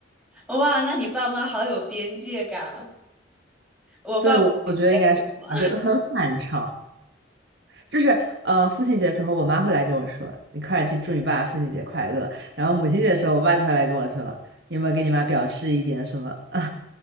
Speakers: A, in the centre; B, on the right.
A: 哇，那你爸妈好有边界感啊！我爸妈直接问我，
B: 对，我我觉得应该是这样，就很反常。就是呃，父亲节之后，我妈会来跟我说：“你快点去祝你爸父亲节快乐。”然后母亲节的时候，我爸就会来跟我说：“你有没有给你妈表示一点什么？” <laughs> 啊，